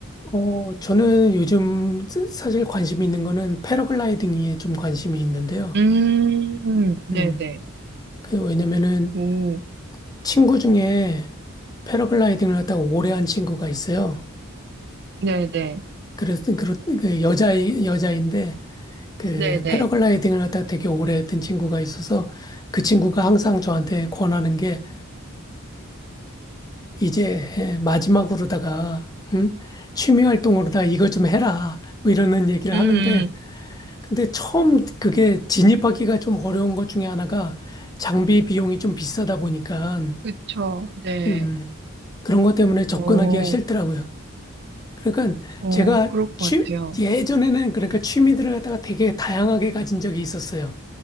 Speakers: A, on the left; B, on the right.
A: 어, 저는 요즘 사- 사실 관심 있는 거는 패러글라이딩에 좀 관심이 있는데요.
B: 음, 네네.
A: 음, 그 왜냐면은
B: 오,
A: 친구 중에 패러글라이딩을 하다가 오래 한 친구가 있어요.
B: 네네.
A: 그래서 그렇- 그 여자 여자인데 그
B: 네네.
A: 패러글라이딩을 하다가 되게 오래 했던 친구가 있어서 그 친구가 항상 저한테 권하는 게 이제 마지막으로다가 응? 취미 활동으로다가 이거 좀 해라 뭐 이러는 얘기를
B: 음,
A: 하는데
B: 음,
A: 근데 처음 그게 진입하기가 좀 어려운 것 중에 하나가 장비 비용이 좀 비싸다 보니까
B: 그쵸. 네.
A: 음, 그런 것 때문에 접근하기가
B: 오,
A: 싫더라고요. 그러니까
B: 오,
A: 제가
B: 그럴 것
A: 취,
B: 같아요.
A: 예전에는 그러니까 취미들을 갖다가 되게 다양하게 가진 적이 있었어요.